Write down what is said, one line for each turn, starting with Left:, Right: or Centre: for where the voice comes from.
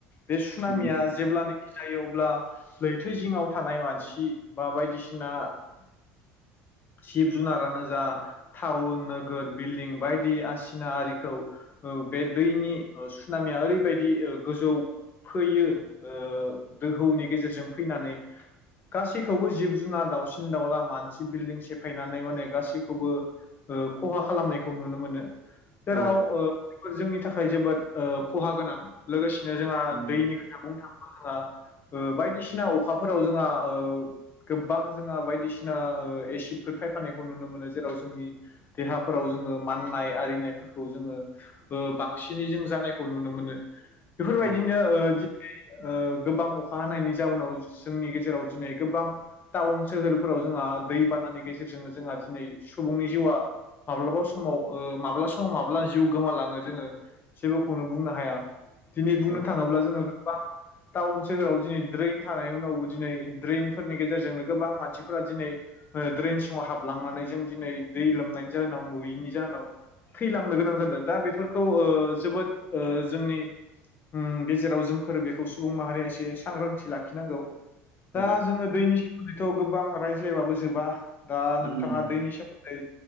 Left: बे सुनामिया
Right: उम
Left: जेब्लानोखि जायो अब्ला लैथो जिङाव थानाय मानसि बा बायदिसिना जिब जुनारानो जा थाउन नोगोर बिल्डिं बायदि आसिना आरिखौ औ बे दैनि ओ सुनामिया ओरैबायदि ओ गोजौ फैयो ओ दोहौनि गेजेरजों फैनानै गासैखौबो जिब जुनार दावउसिन दाउला मानसि बिल्डिं सेफायनानै माने गासैखौबो ओ खहा खालामनायखौ नुनो मोनो जेराव
Right: औ
Left: ओ जोंनि थाखाय जोबोद ओ खहा गोनां लोगोसे नो जोंहा
Right: उम
Left: दैनि खोथा बुंनो थाङोब्ला जोंहा ओ बायदिसिना अखाफोराव जोंहा ओ गोबां जोंहा बायदिसिना ओ एसिद बे फायफानायखौ नुनो मोनो जेराव जोंनि देहाफोराव जोङो माननाय आरिनायफोरखौ जोङो ओ बांसिनै जों जानायखौ नुनो मोनो। बेफोरबायदिनो
Right: औ
Left: ओ दि ओ। गोबां अखा हानायनि जाउनाव। जोंनि गेजेराव दिनै गोबां टाउन सोहोरफोराव जोंहा दैबानानि गेजे जेरजोंनो जोंहा दिनै सुबुंनि जिउआ माब्लाबा समाव ओ माब्ला समाव माब्ला जिउ गोमालाङो जोङो जेबोखौनो बुंनो हाया। दिनै बुंनो
Right: औ
Left: थाङोब्ला जोङो बां टाउन सोहोराव दिनै द्रेइन थानाय उनावबो दिनै द्रेइनफोरनि गेजेरजोंनो गोबां मानसिफोरा दिनै ओ द्रेनस <unintelligible> हाबलांनानै जों दिनै दै लोमनायनि जाहोनाव नुयिनि जाओनाव थैलांनो गोनां जादो दा बेफोरखौ ओ जोबोद ओ जोंनि उम गेजेराव जोंफोर बेखौ सुबुं माहारिया एसे सांग्रांथि लाखिनांगौ।
Right: औ
Left: दा जोङो दैनि सोमोन्दै थ गोबां रायज्लायबाबो जोबा। दा नोंथाङा
Right: उम
Left: दैनि सोमोन्दै